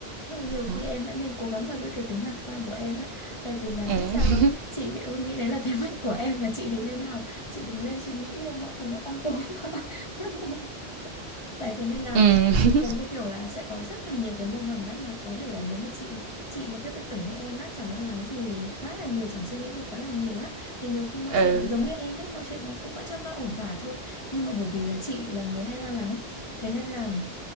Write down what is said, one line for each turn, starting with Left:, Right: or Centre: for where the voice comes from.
Left: Nhưng nhiều khi
Right: đó
Left: em vẫn nên cố gắng mà giữ cái tính lạc quan của em á. Tại vì là
Right: ừ.
Left: biết sao không? Chị thì luôn nghĩ đấy là thế mạnh của em mà chị thì nên học. Chị đừng nên suy nghĩ mọi thứ nó tăm tối quá. <laughs> Đấy thế nên là
Right: Ừ. <laughs>
Left: giống như kiểu là sẽ có rất là nhiều cái moment đó mà có thể là nếu mà chị chị mà cứ tự tưởng như em á chẳng lo lắng gì quá là nhiều chẳng suy nghĩ gì quá là nhiều á thì nhiều khi mọi
Right: Ừ.
Left: chuyện giống như em đấy mọi chuyện nó cũng vẫn trôi qua ổn thỏa thôi nhưng mà bởi vì là chị là người hay lo lắng thế nên là